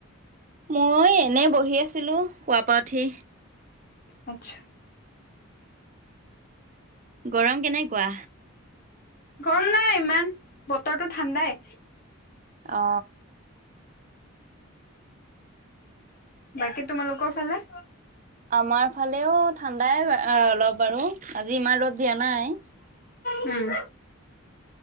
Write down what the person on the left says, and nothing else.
আচ্চা
গৰম নাই ইমান বতৰটো ঠাণ্ডাই
বাকী তোমালোকৰ ফালে
উম